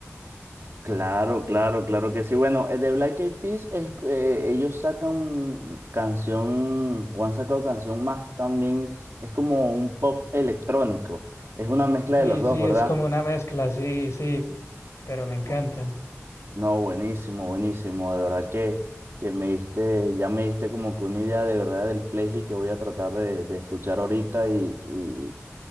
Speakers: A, on the right; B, on the left.
A: claro, claro, claro que sí. Bueno, eh, de Black Eyed Peas, es- eh, ellos sacan canción, o han sacado canción más también, es como un pop electrónico. Es una mezcla
B: Sí,
A: de los dos,
B: sí,
A: ¿verdad?
B: es como una mezcla, sí, sí, pero me encantan.
A: Bu- No, buenísimo, buenísimo. De verdad que, que me diste, ya me diste como que una idea de verdad del playlist que voy a tratar de, de escuchar ahorita y,